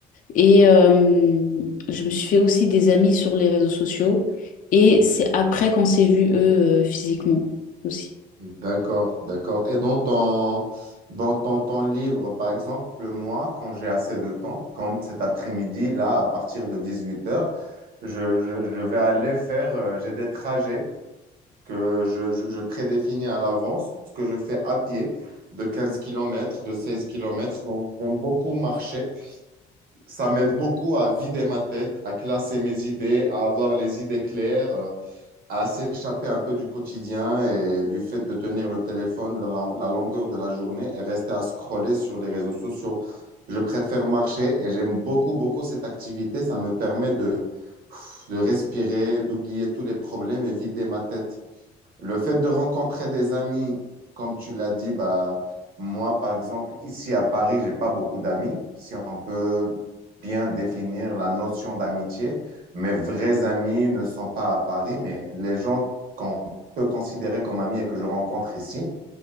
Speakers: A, on the left (about 50°); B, on the right (about 60°).
A: Et euh, je me suis fait aussi des amis sur les réseaux sociaux. Et c'est après qu'on s'est vus, eux, euh, physiquement aussi.
B: D'accord, d'accord. Et dans ton, dans ton temps libre, par exemple, moi, quand j'ai assez de temps, comme cet après-midi, là, à partir de 18h, je, je- je vais aller faire, euh, j'ai des trajets que je, je- je prédéfinis à l'avance, ce que je fais à pied de 15 kilomètres, de 16 kilomètres. Donc, j'aime beaucoup marcher. Ça m'aide beaucoup à vider ma tête, à classer mes idées, à avoir les idées claires. euh, à s'échapper un peu du quotidien et du fait de tenir le téléphone dans la, la longueur de la journée et rester à scroller sur les réseaux sociaux. Je préfère marcher et j'aime beaucoup, beaucoup cette activité. Ça me permet de, de respirer, d'oublier tous les problèmes et vider ma tête. Le fait de rencontrer des amis, comme tu l'as dit, bah, moi, par exemple, ici à Paris, j'ai pas beaucoup d'amis. Si on peut bien définir la notion d'amitié, mes vrais amis ne sont pas à Paris, mais les gens qu'on peut considérer comme amis et que je rencontre ici,